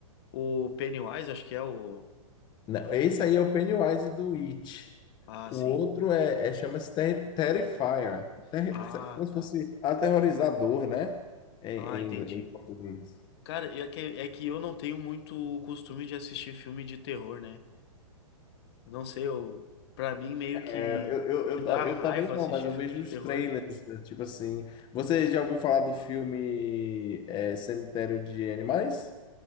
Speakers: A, on the left (about 50°); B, on the left (about 25°).
A: O Pennywise, acho que é o.
B: Não, esse aí é o Pennywise do It.
A: Ah,
B: O
A: sim.
B: outro é, é- chama-se Ter- Terrifier. Ter-
A: Ah,
B: como se
A: tá.
B: fosse aterrorizador, né? Em,
A: Ah, entendi.
B: em, em português.
A: Cara, é que, é que eu não tenho muito o costume de assistir filme de terror, né? Eu não sei, eu, pra mim meio que
B: Eu, eu,
A: me
B: eu,
A: dá
B: ta- eu
A: raiva
B: também não,
A: assistir
B: mas eu
A: filme
B: vejo
A: de
B: os
A: terror.
B: trailers, né, tipo assim. Você já ouviu falar do filme é, Cemitério de Animais?